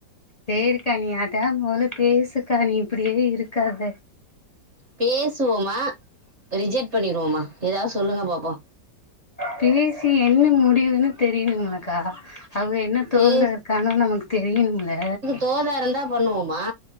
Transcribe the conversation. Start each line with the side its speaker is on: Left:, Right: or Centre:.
Left: பேரு கனியா த மொதல்ல பேசுக்கா நீ இப்டியே இருக்காத
Right: பேசுவோமா ரிஜெக்ட் பண்ணிருவோமா ஏதாவ்து சொல்லுங்க பாப்போ
Left: பேசி என்ன முடிவுனு தெரினுங்ல க்கா அவங்க என்ன
Right: சேரி
Left: தோதுல இருக்காகனு நமக்கு தெரியணுல
Right: தோதாருந்தா பண்ணுவோமா